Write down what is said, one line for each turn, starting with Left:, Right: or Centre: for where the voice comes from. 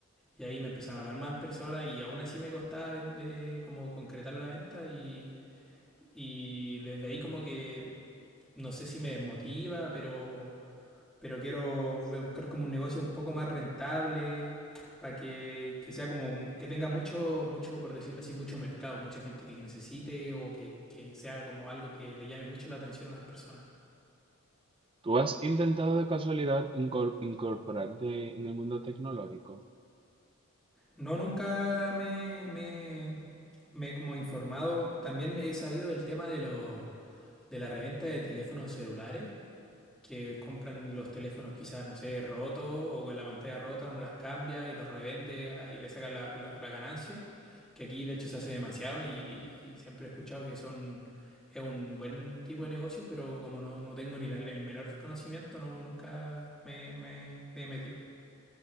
Centre: y ahí me empezaron a hablar más personas y aún así me costaba vender- como concretar la venta y, y desde ahí como que no sé si me desmotiva, pero, pero quiero buscar como un negocio un poco más rentable para que, que sea como que tenga mucho, mucho, por decirlo así, mucho mercado, mucha gente que necesite o que, que sea como algo que le llame mucho la atención a las personas.
Right: ¿Tú has intentado de casualidad incor- incorporarte en el mundo tecnológico?
Centre: No, nunca me, me, me he como informado. También he sabido del tema de los de la reventa de teléfonos celulares, que compran los teléfonos quizás, no sé, rotos o con la pantalla rota, uno las cambia y los revende ah, y le saca la, la- la ganancia, que aquí de hecho se hace demasiado y, y siempre he escuchado que son, es un buen tipo de negocio, pero como no, no tengo ni la- el menor conocimiento, no, nunca me, me, me he metido.